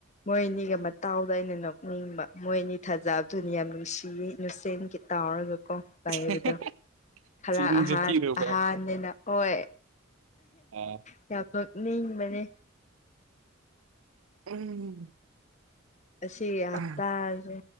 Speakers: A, on the left; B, on the right.
A: ꯃꯣꯏ ꯑꯅꯤꯒ ꯃꯇꯥꯎꯗ ꯑꯩꯅ ꯅꯣꯛꯅꯤꯡꯕ ꯃꯣꯏ ꯑꯅꯤ ꯊꯥꯖꯕꯗꯨꯅꯤ ꯌꯥꯝ ꯅꯨꯡꯁꯤꯌꯦ <unintelligible> ꯇꯥꯎꯔꯒꯀꯣ
B: <unintelligible>
A: ꯂꯩꯕꯗꯣ ꯈꯔ
B: ꯆꯤꯟꯁꯨ
A: ꯑꯍꯥꯟ
B: ꯊꯤꯔꯨꯕ
A: ꯑꯍꯥꯟꯅꯤꯅ ꯍꯣꯏ
B: ꯑꯥ
A: ꯀꯌꯥ ꯄꯨꯛ ꯅꯤꯡꯕꯅꯦ
B: ꯎꯝ
A: ꯉꯁꯤ ꯍꯞꯇꯥꯖꯦ
B: ꯑ